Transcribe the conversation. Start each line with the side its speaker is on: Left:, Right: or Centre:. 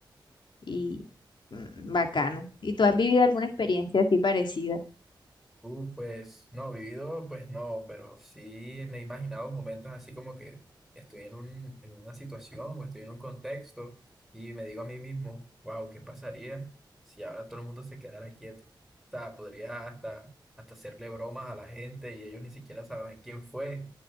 Left: y mm, bacano. ¿Y tú has vivido alguna experiencia así parecida?
Centre: Uh, pues no, vivido, pues no, pero sí me he imaginado momentos así como que estoy en un, en una situación o estoy en un contexto y me digo a mí mismo, wow, ¿qué pasaría si ahora todo el mundo se quedara quieto? O sea, podría hasta, hasta hacerle bromas a la gente y ellos ni siquiera sabrán quién fue,